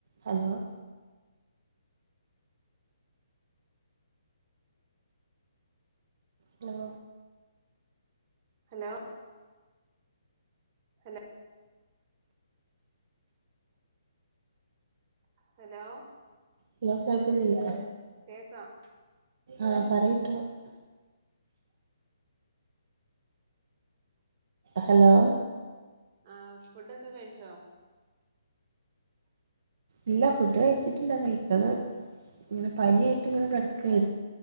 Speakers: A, on the right (about 55°); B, on the right (about 30°).
A: Hello hello
B: hello hello hello
A: hello കേൾക്കുന്നില്ലെ,
B: കേക്കാം
A: ആഹ് പറയിട്ടോ. ഹലോ
B: ആഹ് ഫുഡൊക്കെ കഴിച്ചോ?
A: ഇല്ല ഫുഡ് കഴിച്ചിട്ടില്ല കഴിക്കണം ഇങ്ങനെ പനിയായിട്ടിങ്ങനെ കെടക്കാണ്.